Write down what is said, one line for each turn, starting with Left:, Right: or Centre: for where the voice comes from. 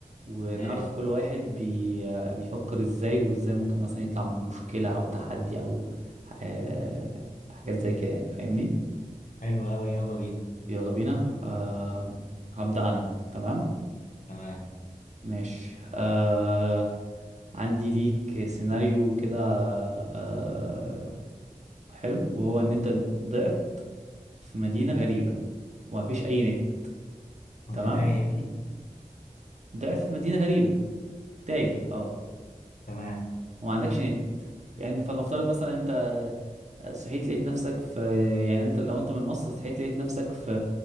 Right: ونعرف
Left: ماشي
Right: كل واحد بي آه، بيفكر ازاي وازاي ممكن مثلا يطلع من مشكلة او تحدي او آه، حاجات زي كده يعني فاهمني؟
Left: حلو قوي يلا بينا
Right: يلا بينا آه، هبدأ انا تمام؟
Left: تمام
Right: ماشي آه عندي ليك سيناريو كده آه حلو وهو ان انت ضعت في مدينة غريبة ومفيش اي نت
Left: كنت
Right: تمام
Left: تايه هنا
Right: ضعت في مدينة غريبة تايه اه
Left: تمام
Right: وما عندكش نت يعني فلنفترض مثلا انت صحيت لقيت نفسك في يعني انت لو انت من مصر صحيت لقيت نفسك في